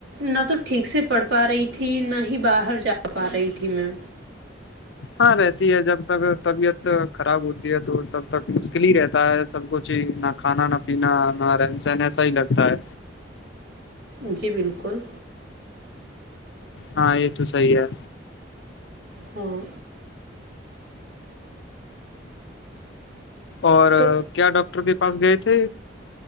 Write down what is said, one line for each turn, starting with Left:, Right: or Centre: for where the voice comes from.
Right: نہ تو ٹھیک سے پڑھ پا رہی تھی نہ ہی باہر جا پا رہی تھی میں
Left: ہاں رہتی ہے جب تک طبیعت خراب ہوتی ہے تو تب تک مشکل ہی رہتا ہے سب کچھ ہی نہ کھانا نہ پینا نہ رہن سہن ایسا ہی لگتا ہے
Right: جی بالکل
Left: ہاں یہ تو صحیح ہے
Right: ہاں
Left: اور
Right: تو
Left: کیا ڈاکٹر کے پاس گئے تھے